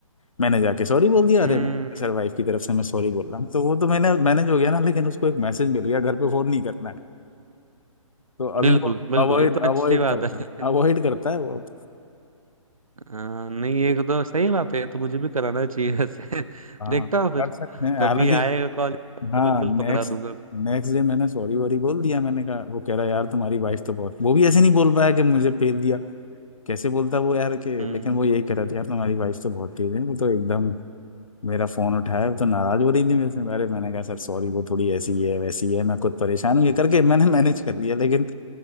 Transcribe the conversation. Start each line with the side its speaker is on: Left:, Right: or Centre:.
Left: मैंने जाके सॉरी बोल दिया अरे
Right: हम्म
Left: मैं सर वाइफ की तरफ से मैं सॉरी बोल रहा हूँ तो वो तो मैंने मैनेज हो गया ना लेकिन उसको एक मैसेज मिल गया घर पे फोन नहीं करना है तो अभी
Right: बिल्कुल
Left: वो
Right: बिल्कुल
Left: अवॉइड
Right: ये तो
Left: अवॉइड
Right: अच्छी बात
Left: करता
Right: है
Left: है अवॉइड
Right: <laughs>
Left: करता है वो
Right: हाँ, नहीं ये तो सही बात है ये तो मुझे भी कराना चाहिए ऐसे <laughs>
Left: हाँ
Right: देखता हूँ फिर
Left: कर सकते हैं हालांकि
Right: कभी आएगा कॉलेज
Left: हाँ
Right: तो बिल्कुल
Left: नेक्स्ट
Right: पकड़ा दूंगा
Left: नेक्स्ट डे मैंने सॉरी वॉरी बोल दिया मैंने कहा वो कह रहा यार तुम्हारी वाइफ तो बहुत वो भी ऐसे नहीं बोल पाया कि मुझे फेल दिया कैसे बोलता वो यार कि
Right: हम्म
Left: लेकिन वो यही कह रहा था यार तुम्हारी वाइफ तो बहुत तेज है वो तो एकदम मेरा फोन उठाया वो तो नाराज हो रही थी मेरे से अरे मैंने कहा सर सॉरी वो थोड़ी ऐसी ही है वैसी ही है मैं खुद परेशान हूँ ये करके मैंने मैनेज कर लिया लेकिन